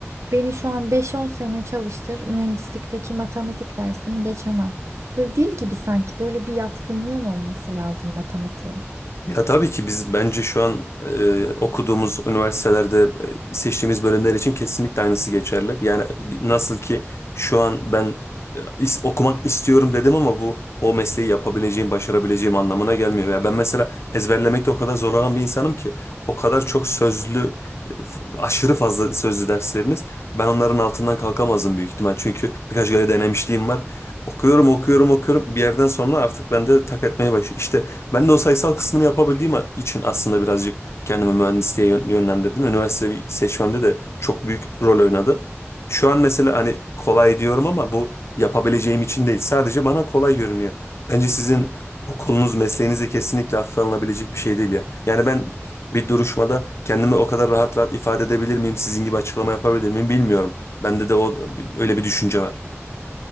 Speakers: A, on the right; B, on the left.
A: beni şu an beş on sene çalıştır mühendislikteki matematik dersini geçemem. Böyle dil gibi sanki böyle bir yatkınlığın olması lazım matematiğe.
B: Ya tabii ki biz bence şu an e, okuduğumuz üniversitelerde e, seçtiğimiz bölümler için kesinlikle aynısı geçerli. Yani bi- nasıl ki şu an ben e, is- okumak istiyorum dedim ama bu o mesleği yapabileceğim, başarabileceğim anlamına gelmiyor. Ya ben mesela ezberlemekte o kadar zorlanan bir insanım ki o kadar çok sözlü, e, f- aşırı fazla sözlü dersleriniz ben onların altından kalkamazdım büyük ihtimal. Çünkü birkaç kere denemişliğim var. Okuyorum, okuyorum, okuyorum. Bir yerden sonra artık bende tak etmeye başlıyor. İşte ben de o sayısal kısmını yapabildiğim için aslında birazcık kendimi mühendisliğe yön- yönlendirdim. Üniversite seçmemde de çok büyük rol oynadı. Şu an mesela hani kolay diyorum ama bu yapabileceğim için değil. Sadece bana kolay görünüyor. Bence sizin okulunuz, mesleğiniz de kesinlikle hafife alınabilecek bir şey değil ya. Yani ben bir duruşmada kendimi o kadar rahat rahat ifade edebilir miyim, sizin gibi açıklama yapabilir miyim bilmiyorum. Bende de o öyle bir düşünce var.